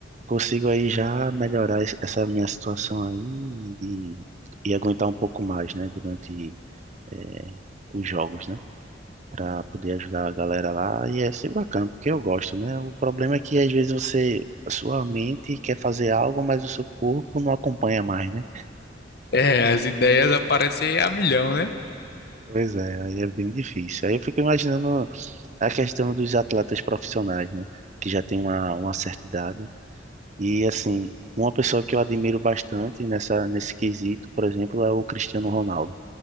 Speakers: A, on the right (about 40°); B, on the left (about 55°).
A: consigo aí já melhorar es- essa minha situação aí e, e aguentar um pouco mais, né, durante eh, os jogos, né, para poder ajudar a galera lá. E é sempre bacana, porque eu gosto, né? O problema é que às vezes você, a sua mente quer fazer algo, mas o seu corpo não acompanha mais, né?
B: É, as ideias aparecem a milhão, né?
A: Pois é, aí é bem difícil. Aí eu fico imaginando a questão dos atletas profissionais, né, que já tem uma, uma certa idade. E assim, uma pessoa que eu admiro bastante nessa nesse quesito, por exemplo, é o Cristiano Ronaldo,